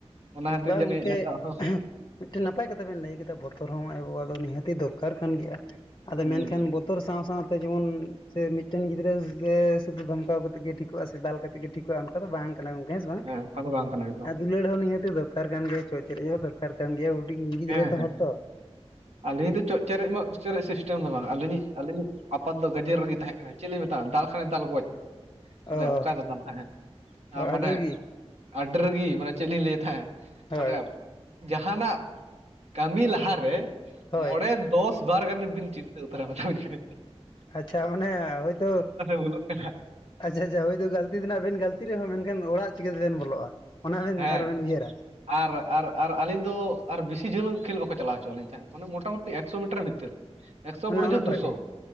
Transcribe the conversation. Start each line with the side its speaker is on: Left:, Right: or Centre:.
Right: ᱚᱱᱟ ᱠᱷᱟᱹᱛᱤᱨ
Left: ᱵᱟᱝ
Right: ᱡᱟᱹᱱᱤᱡ
Left: ᱜᱚᱢᱠᱮ
Right: ᱱᱤᱛᱚᱜ ᱦᱚᱸ
Left: ᱢᱤᱫᱴᱮᱱ ᱱᱟᱯᱟᱭ ᱠᱟᱛᱷᱟ ᱵᱮᱱ ᱞᱟᱹᱭ ᱠᱮᱫᱟ ᱵᱚᱛᱚᱨ ᱦᱚᱸ ᱟᱭᱳ ᱵᱟᱵᱟ ᱫᱚ ᱱᱤᱦᱟᱹᱛᱤ ᱫᱚᱨᱠᱟᱨ ᱠᱟᱱ ᱜᱮᱭᱟ ᱟᱫᱚ
Right: ᱦᱩᱸ
Left: ᱢᱮᱱᱠᱷᱟᱱ ᱵᱚ ᱵᱚᱛᱚᱨ ᱥᱟᱶᱼᱥᱟᱶᱛᱮ ᱡᱮᱢᱚᱱ ᱢᱤᱫᱴᱮᱱ ᱜᱤᱫᱽᱨᱟᱹ ᱥᱩᱫᱷᱩ ᱫᱷᱚᱢᱠᱟᱣ ᱠᱟᱛᱮᱜ ᱜᱮ ᱴᱷᱤᱠ ᱴᱷᱤᱠᱚᱜ ᱟᱥᱮ ᱫᱟᱞ ᱠᱟᱛᱮ ᱜᱮ ᱴᱷᱤᱠᱚᱜ-ᱟ ᱚᱱᱠᱟ ᱫᱚ ᱵᱟᱝ ᱠᱟᱱᱟ ᱜᱚᱝᱠᱮ ᱦᱮᱸ ᱥᱮ ᱵᱟᱝ?
Right: ᱚᱱᱠᱟ ᱫᱚ ᱵᱟᱝ ᱠᱟᱱᱟ ᱮᱠᱫᱚᱢ
Left: ᱟᱰᱤ ᱫᱩᱞᱟᱹᱲ ᱦᱚᱸ ᱱᱤᱦᱟᱹᱛ ᱫᱚᱨᱠᱟᱨ ᱠᱟᱱ ᱜᱮᱭᱟ ᱪᱚ ᱪᱮᱨᱮᱪ ᱦᱚᱸ ᱫᱚᱨᱠᱟᱨ ᱠᱟᱱ ᱜᱮᱭᱟ ᱦᱩᱰᱤᱧ ᱜᱤᱫᱽᱨᱟᱹ
Right: ᱦᱮᱸ
Left: ᱛᱚ
Right: ᱦᱮᱸ
Left: ᱦᱚᱲ ᱛᱚ,
Right: ᱟᱹᱞᱤᱧ ᱫᱚ ᱪᱚᱜ ᱪᱮᱨᱮᱡ ᱢᱚᱜ ᱪᱮᱨᱮᱡ ᱥᱤᱥᱴᱮᱢ ᱫᱚ ᱵᱟᱝ ᱟᱹᱞᱤᱧ ᱤᱡ ᱟᱹᱞᱤᱧ ᱤᱡ ᱟᱯᱟᱛ ᱫᱚ ᱜᱟᱡᱮ ᱨᱟᱹᱜᱤ ᱛᱟᱦᱮᱸ ᱠᱟᱱᱟ ᱪᱮᱫ ᱞᱤᱧ ᱢᱮᱛᱟᱜ-ᱟ ᱫᱟᱞ ᱠᱷᱟᱱᱮ ᱫᱟᱞ ᱜᱚᱡ, ᱚᱱᱮ
Left: ᱚ
Right: ᱚᱝᱠᱟ ᱫᱟᱫᱟᱞ ᱛᱟᱦᱮᱸ ᱟ ᱢᱟᱱᱮ
Left: ᱟᱹᱰᱤ ᱨᱟᱹᱜᱤ
Right: ᱟᱹᱰᱤ ᱨᱟᱹᱜᱤ ᱢᱟᱱᱮ ᱪᱮᱫ ᱞᱤᱧ ᱞᱟᱹᱭ ᱛᱟᱦᱮᱸᱫ ᱢᱟᱱᱮ
Left: ᱦᱳᱭ
Right: ᱡᱟᱦᱟᱸᱱᱟᱜ ᱠᱟᱹᱢᱤ ᱞᱟᱦᱟᱨᱮ
Left: ᱦᱳᱭ
Right: ᱢᱚᱬᱮ ᱫᱚᱥ ᱵᱟᱨ ᱜᱟᱱ ᱵᱤᱱ ᱪᱤᱱᱛᱟᱹ ᱩᱛᱟᱹᱨᱟ ᱢᱮᱛᱟᱵᱤᱱ ᱠᱟᱹᱱᱤᱧ᱾
Left: ᱟᱪᱪᱷᱟ ᱢᱟᱱᱮ ᱦᱳᱭᱛᱳ
Right: ᱵᱷᱩᱞᱚᱜ ᱠᱟᱱᱟ
Left: ᱟᱪᱪᱷᱟ ᱪᱷᱟ ᱦᱳᱭ ᱫᱚ ᱜᱟᱹᱞᱛᱤ ᱛᱮᱱᱟᱜ ᱵᱮᱱ ᱜᱟᱹᱞᱛᱤ ᱨᱮᱦᱚᱸ ᱢᱮᱱᱠᱷᱟᱱ ᱚᱲᱟᱜ ᱪᱤᱠᱟᱹᱛᱮᱵᱮᱱ ᱵᱚᱞᱚᱜᱼᱟ? ᱚᱱᱟ ᱵᱮᱱ
Right: ᱦᱮᱸ
Left: ᱟᱨᱚ ᱵᱮᱱ ᱩᱭᱦᱟᱹᱨᱟ?
Right: ᱟᱨ ᱟᱨ ᱟᱨ ᱟᱹᱞᱤᱧ ᱫᱚ ᱟᱨ ᱵᱮᱥᱤ ᱡᱷᱟᱹᱞ ᱠᱷᱮᱞ ᱵᱟᱠᱚ ᱪᱟᱞᱟᱣ ᱦᱚᱪᱚᱣᱟ ᱞᱤᱧ ᱛᱟᱦᱮᱸᱫ᱾ ᱢᱟᱱᱮ ᱢᱳᱴᱟᱢᱴᱤ ᱮᱠᱥᱚ ᱢᱤᱴᱟᱨ ᱵᱷᱤᱛᱤᱨ ᱨᱮ ᱮᱠᱥᱚ
Left: ᱚᱱᱮ
Right: ᱵᱚᱲᱚ
Left: ᱚᱱᱟ
Right: ᱡᱳᱨ
Left: ᱠᱚᱨᱮ
Right: ᱫᱩᱥᱚ
Left: ᱜᱮ